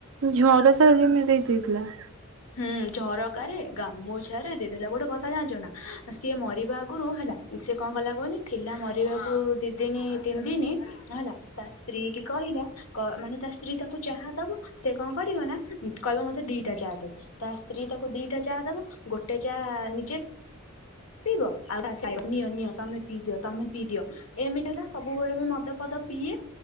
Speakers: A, on the right (about 65°); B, on the left (about 80°).
A: ଝରକା ରେ କେମିତି ଦେଇ ଦେଇଥିଲା?
B: ହୁଁ ଝରକାରେ ଗାମୁଛା ରେ ଦେଇଦେଲା ଗୋଟେ କଥା ଜାଣିଛ ନା ସିଏ ମରିବା ଆଗରୁ ହେଲା ସେ କଣ କହିଲା କୁହନି ଥିଲା ମରିବାକୁ ଦି ଦିନ ତିନି ଦିନ ହେଲା ତା ସ୍ତ୍ରୀ କି କହିଲା ମାନେ ତା ସ୍ତ୍ରୀ ତାକୁ ଚାହା ଦବ ସେ କଣ କରିବ ନା କହିବ ମୋତେ ଦିଟା ଚାହା ଦେ। ତା ସ୍ତ୍ରୀ ତାକୁ ଦିଟା ଚାହା ଦବ ଗୋଟେ ଚାହା ନିଜେ ପିଇବ ଆଉ ନିଅ ନିଅ ତମେ ପିଇ ଦିଅ ତମେ ପିଇ ଦିଅ ଏମିତି ହେଲା ସବୁବେଳେ ବି ମଦପଦ ପିଏ